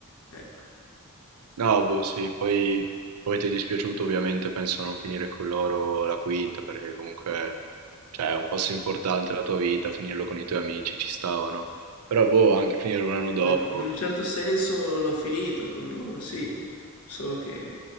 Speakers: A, on the left; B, on the right.
A: Ecco.
B: No, boh, sì, poi, poi ti è dispiaciuto ovviamente, penso non finire con loro la quinta, perché comunque, cioè, è un passo importante della tua vita, finirlo con i tuoi amici ci stavano. Però, boh, anche finire un anno dopo.
A: Poi in un certo senso l'ho finito con loro, sì, solo che